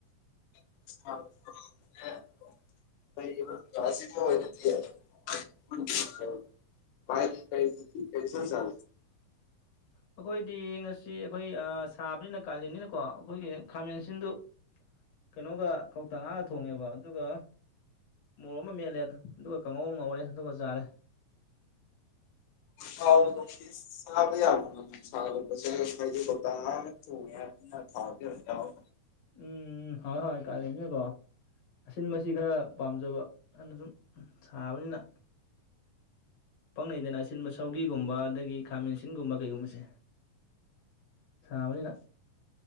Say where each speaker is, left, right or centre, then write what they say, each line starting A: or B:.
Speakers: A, on the left; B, on the left.
A: <unintelligible>
B: ꯑꯩꯈꯣꯏꯗꯤ ꯉꯁꯤ ꯑꯩꯈꯣꯏ ꯁꯥꯕꯅꯤꯅ ꯀꯥꯂꯦꯟꯅꯤꯅꯀꯣ ꯑꯩꯈꯣꯏꯒꯤ ꯈꯥꯃꯦꯟꯁꯤꯟꯗꯨ ꯀꯩꯅꯣꯒ ꯀꯧꯇ ꯉꯥꯒ ꯊꯣꯡꯉꯦꯕ ꯑꯗꯨꯒ ꯃꯣꯔꯣꯛ ꯑꯃ ꯃꯦꯜꯂꯦ ꯑꯗꯨꯒ ꯀꯥꯡꯉꯧ ꯑꯃ ꯉꯧꯔꯦ ꯑꯗꯨꯒ ꯆꯥꯔꯦ
A: ꯊꯥꯎ ꯆꯕ ꯌꯥꯝ ꯁꯥꯔꯛꯄꯁꯦ ꯍꯥꯏꯗ ꯄꯧꯇꯥꯛ ꯊꯣꯡꯉꯦꯅ ꯊꯥꯎꯗꯤ ꯌꯥꯝ
B: ꯎꯝ ꯍꯣꯏ ꯍꯣꯏ ꯀꯥꯜꯂꯤꯅꯦꯀꯣ ꯑꯁꯤꯟꯕꯁꯤ ꯈꯔ ꯄꯥꯝꯖꯕ ꯑꯗꯨꯅ ꯁꯨꯝ ꯁꯥꯕꯅꯤꯅ ꯄꯪꯅꯩꯗꯅ ꯑꯁꯤꯟꯕ ꯁꯧꯒꯤꯒꯨꯝꯕ ꯑꯗꯒꯤ ꯈꯥꯃꯦꯟ ꯑꯁꯤꯟꯒꯨꯝꯕ ꯀꯩꯒꯨꯝꯕꯁꯦ ꯆꯥꯕꯅꯤꯅ